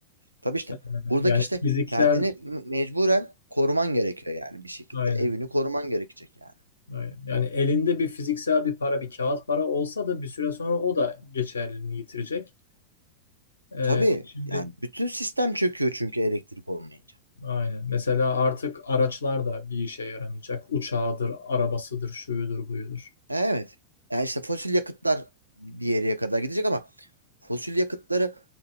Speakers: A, on the right; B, on the left.
A: Tabii işte
B: Ee,
A: buradaki
B: Yani
A: işte
B: fiziksel,
A: kendini m- mecburen koruman gerekiyor yani bir şekilde.
B: aynen,
A: Evini koruman gerekecek yani.
B: aynen. Yani elinde bir fiziksel bir para, bir kağıt para olsa da bir süre sonra o da geçerliliğini yitirecek. Ee,
A: Tabii
B: şimdi
A: yani bütün sistem çöküyor çünkü elektrik olmayınca.
B: aynen. Mesela artık araçlar da bir işe yaramayacak. Uçağıdır, arabasıdır, şuyudur, buyudur.
A: Evet. Yani işte fosil yakıtlar bir yere kadar gidecek ama fosil yakıtları